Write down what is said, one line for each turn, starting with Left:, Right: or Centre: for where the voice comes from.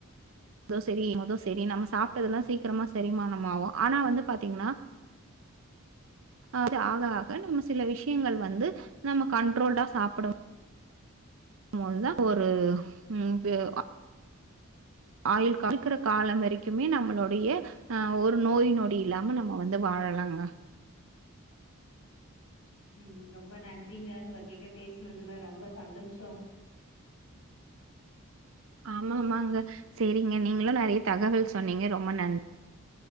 Right: ஏதோ சரிதோ சரி நம்ம சாப்பிட்டதெல்லாம் சீக்கிரமா சரிமானம ஆவும் ஆனா வந்து பாத்தீங்கன்னா அது ஆக ஆக நம்ம சில விஷயங்கள் வந்து நம்ம கண்ட்ரோல்டா சாப்பிட முன்ன ஒரு <unintelligible> ஆயுள் ஆய்கிற காலம் வரைக்குமே நம்மளுடைய அஹ் ஒரு நோய் நொடி இல்லாம நம்ம வந்து வாழலாங்க
Left: ம் ரொம்ப நன்றிங்க உங்க கிட்ட பேசுினதுல ரொம்ப சந்தோஷம்
Right: ஆமா ஆமாங்க சரிங்க நீங்களும் நிறைய தகவல் சொன்னீங்க ரொம்ப நன்றி